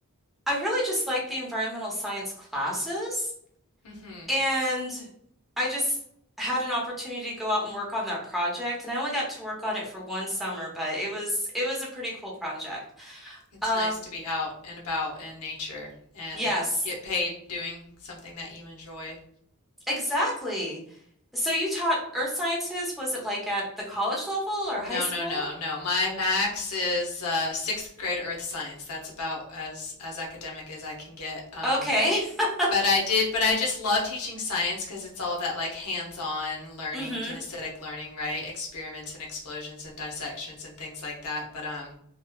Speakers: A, in the centre; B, on the left.
A: I really just like the environmental science classes.
B: hmm
A: And I just had an opportunity to go out and work on that project. And I only got to work on it for one summer, but it was it was a pretty cool project.
B: It's
A: Um,
B: nice to be out and about in nature and
A: yes,
B: get paid doing something that you enjoy.
A: exactly. So you taught earth sciences, was it like at the college level or
B: No,
A: high school?
B: no, no, no. My max is uh, sixth grade earth science. That's about as as academic as I can get. Um,
A: Okay. <laughs>
B: but I did, but I just love teaching science because it's all that like hands-on learning,
A: Mm-hmm.
B: kinesthetic learning, right? Experiments and explosions and dissections and things like that. But um,